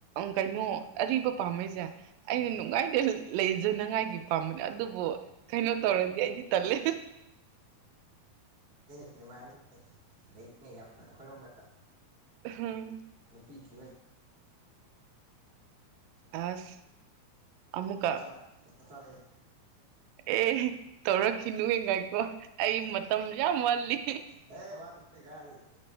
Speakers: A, on the right; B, in the centre.
A: ꯀꯩꯅꯣ ꯑꯔꯤꯕ ꯄꯥꯝꯃꯩꯁꯦ ꯑꯩꯅ
B: ꯎꯝ
A: ꯅꯨꯡꯉꯥꯏꯗꯤ ꯂꯩꯖꯅꯉꯥꯏꯒꯤ ꯄꯥꯝꯕꯅꯦ ꯑꯗꯨꯕꯨ ꯀꯩꯅꯣ ꯇꯧꯔꯗꯤ ꯑꯩꯗꯤ ꯇꯂꯦ
B: ꯅꯨꯡꯉꯥꯏꯔꯤ ꯂꯩꯔꯤꯅꯦ ꯌꯥꯝꯅ ꯑꯩꯈꯣꯏꯔꯣꯝꯗ
A: ꯍꯝ
B: ꯅꯨꯄꯤ ꯊꯤ
A: ꯑꯁ ꯑꯃꯃꯨꯀ
B: ꯆꯞ ꯆꯥ ꯆꯞ ꯆꯥꯏꯌꯦ
A: ꯑꯦ ꯇꯧꯔꯛꯈꯤꯅꯨ ꯍꯉ ꯀꯣ ꯑꯩ ꯃꯇꯝ ꯌꯥꯝ ꯋꯥꯜꯂꯤ
B: ꯑꯦꯃꯥ ꯀꯔꯤ